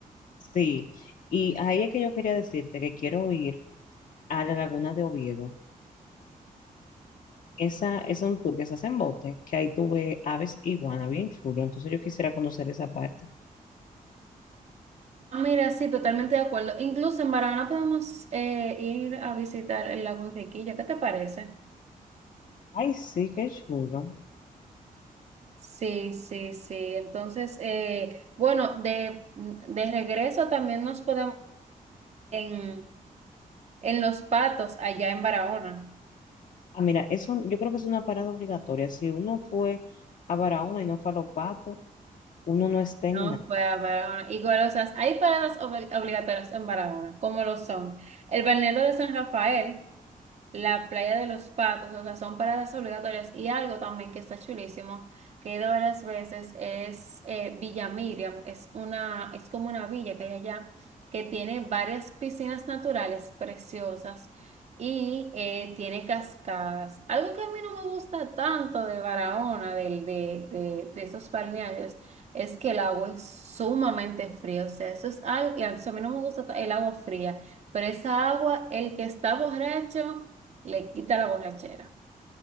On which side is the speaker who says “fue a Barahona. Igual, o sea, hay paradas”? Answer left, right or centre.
Right